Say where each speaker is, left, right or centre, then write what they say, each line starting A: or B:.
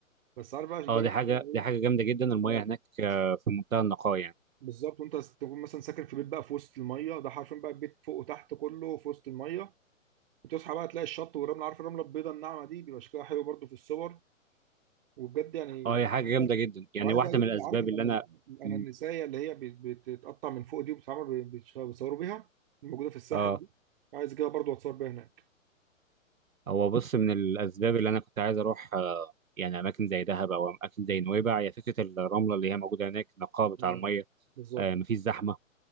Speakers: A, on the right; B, on the right.
A: بس عارف بقى الجو
B: اه دي حاجه
A: إيه؟
B: دي حاجه جامده جدا المياه
A: اه
B: هناك آه، في منتهى النقاء يعني
A: بالظبط وانت تكون مثلا ساكن في بيت بقى في وسط الميه ده حرفيا بقى البيت فوق وتحت كله في وسط الميه وتصحى بقى تلاقي الشط والرمله عارف الرمله البيضاء الناعمه دي بيبقى شكلها حلو برضو في الصور وبجد يعني
B: اه هي حاجه جامده جدا يعني
A: وعايز
B: واحده
A: بقى اجيب
B: من الاسباب
A: اللي عارف الأنا-
B: اللي انا
A: الانانسيه
B: مم.
A: اللي هي بت- بتتقطع من فوق دي وبتتعمل ب- بتش- بيصوروا بيها الموجوده في الساحل
B: اه
A: دي عايز اجيبها برضو اتصور بيها هناك
B: هو بص من الاسباب اللي انا كنت عايز اروح آه، يعني اماكن زي دهب او اماكن زي نويبع هي فكره الرمله اللي هي موجوده هناك النقاء بتاع
A: آه،
B: الميه
A: بالظبط
B: آه، مفيش زحمه